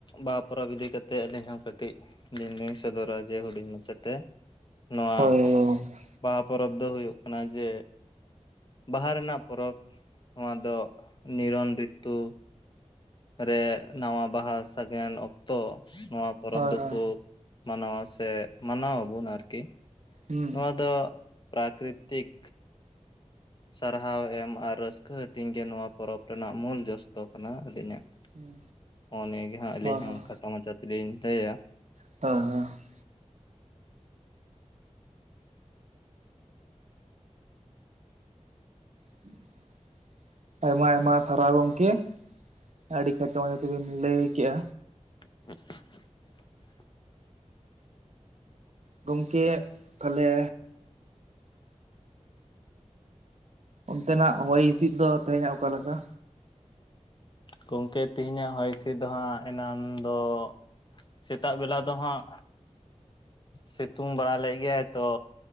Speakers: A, on the left (about 40°); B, on the right (about 70°).
A: ᱵᱟᱦᱟ ᱯᱚᱨᱚᱵᱽ ᱤᱫᱤ ᱠᱟᱛᱮᱫ ᱟᱹᱞᱤᱧ ᱦᱚᱸ ᱠᱟᱹᱴᱤᱡ ᱞᱤᱧ ᱞᱤᱧ ᱥᱚᱫᱚᱨᱟ ᱡᱮ ᱦᱩᱰᱤᱧ ᱢᱟᱪᱷᱟᱛᱮ ᱱᱚᱣᱟ
B: ᱦᱳᱭ ᱜᱚᱝᱠᱮ
A: ᱵᱟᱦᱟ ᱯᱚᱨᱚᱵᱽ ᱫᱚ ᱦᱩᱭᱩᱜ ᱠᱟᱱᱟ ᱡᱮ ᱵᱟᱦᱟ ᱨᱮᱱᱟᱜ ᱯᱚᱨᱚᱵᱽ ᱱᱚᱣᱟ ᱫᱚ ᱱᱤᱨᱚᱱ ᱨᱤᱛᱩ ᱨᱮ ᱱᱟᱣᱟ ᱵᱟᱦᱟ ᱥᱟᱜᱮᱱ ᱚᱠᱛᱚ ᱱᱚᱣᱟ ᱯᱚᱨᱚᱵᱽ
B: ᱦᱳᱭ ᱦᱳᱭ
A: ᱫᱚᱠᱚ
B: ᱦᱳᱭ
A: ᱢᱟᱱᱟᱣᱟ ᱥᱮ ᱢᱟᱱᱟᱣ ᱟᱵᱚᱱ ᱟᱨᱠᱤ
B: ᱦᱩᱸ
A: ᱱᱚᱣᱟ ᱫᱚ ᱯᱨᱟᱠᱨᱤᱛᱤᱠ ᱥᱟᱨᱦᱟᱣ ᱮᱢ ᱟᱨ ᱨᱟᱹᱥᱠᱟᱹ ᱦᱟᱹᱴᱤᱧ ᱜᱮ ᱱᱚᱣᱟ ᱯᱚᱨᱚᱵᱽ ᱨᱮᱱᱟᱜ ᱢᱩᱞ ᱡᱚᱥ ᱫᱚ ᱠᱟᱱᱟ ᱟᱹᱞᱤᱧᱟᱜ᱾
B: ᱦᱩᱸ
A: ᱦᱚᱸ ᱱᱤᱭᱟᱹ ᱜᱮ ᱦᱟᱸᱜ ᱟᱹᱞᱤᱧ
B: ᱦᱳᱭ ᱦᱳᱭ
A: ᱦᱚᱸ ᱠᱷᱟᱴᱚ ᱢᱟᱪᱷᱟ ᱛᱤᱞᱤᱧ ᱞᱟᱹᱭᱼᱟ᱾
B: <unintelligible> <unintelligible> ᱟᱭᱢᱟ ᱟᱭᱢᱟ ᱥᱟᱨᱦᱟᱣ ᱜᱚᱝᱠᱮ ᱟᱹᱰᱤ ᱠᱷᱟᱴᱚ ᱢᱟᱪᱷᱟ ᱛᱮᱵᱤᱱ ᱞᱟᱹᱭ ᱠᱮᱜᱼᱟ᱾
A: <unintelligible>
B: ᱜᱚᱝᱠᱮ ᱛᱟᱦᱞᱮ, ᱚᱱᱛᱮᱱᱟᱜ ᱦᱚᱭ ᱦᱸᱤᱥᱤᱫ ᱫᱚ ᱛᱮᱦᱮᱧᱟᱜ ᱚᱠᱟ ᱞᱮᱠᱟ?
A: ᱜᱚᱝᱠᱮ ᱛᱤᱦᱤᱧᱟᱜ ᱦᱚᱭ ᱦᱤᱸᱥᱤᱫ ᱫᱚ ᱦᱟᱸᱜ ᱮᱱᱟᱱ ᱫᱚ, ᱥᱮᱛᱟᱜ ᱵᱮᱞᱟ ᱫᱚ ᱦᱟᱸᱜ ᱥᱤᱛᱩᱝ ᱵᱟᱲᱟ ᱞᱮᱫ ᱜᱮᱭᱟᱭ ᱛᱚ᱾